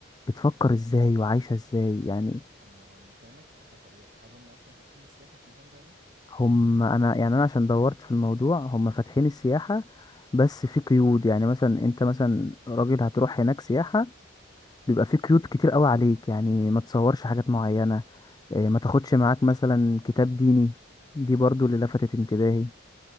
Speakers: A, on the left (about 20°); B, on the right (about 45°).
A: بتفكر ازاي وعايشة ازاي يعني
B: انا لو مكانك اخاف اروح هل هم اصلا فاتحين السياحة في مكان زي ده
A: هم انا يعني انا عشان دورت في الموضوع هم فاتحين السياحة بس في قيود يعني مثلا انت مثلا راجل هتروح هناك سياحة بيبقى في قيود كتير قوي عليك يعني ما تصورش حاجات معينة إيه، ما تاخدش معاك مثلا كتاب ديني دي برضو اللي لفتت انتباهي